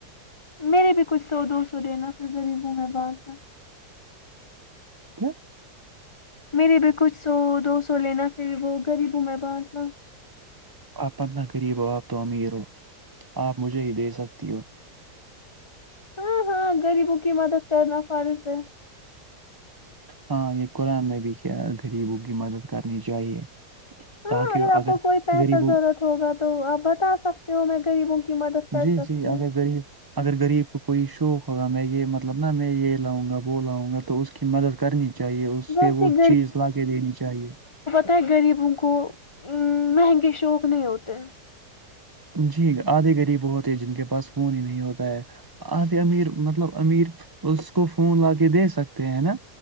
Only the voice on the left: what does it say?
میرے بھی کچھ سو دو سو دینا پھر غریب ہوں میں بانٹنا کا
میری بھی کچھ سو دو سو لینا پھر وہ غریبوں میں بانٹنا
ہاں ہاں غریبوں کی مدد کرنا فرض ہے
ہاں
اگر آپ کو کوئی پیسہ
ضرورت ہوگا تو تو آپ بتا سکتے ہو میں غریبوں کی مدد کر
سکتی
ہوں
ویسے
تے غریبوں کو مہنگے شوق نہیں ہوتے ہیں